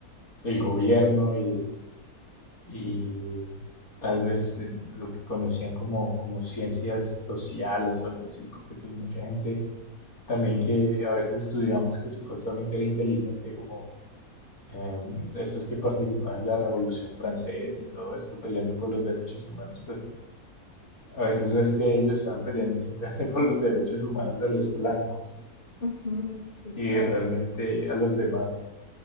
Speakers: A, on the left; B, on the left.
A: del gobierno y, y tal vez eh, lo que conocían como, como ciencias sociales o algo así, porque pues mucha gente también que a veces estudiamos que supuestamente era inteligente, como eh, estos que participaban en la Revolución Francesa y todo esto, peleando por los derechos humanos, pues a veces ves que ellos están peleando simplemente <laughs> por los derechos humanos de los blancos.
B: Ujú, Sí,
A: Y
B: claro.
A: realmente a los demás,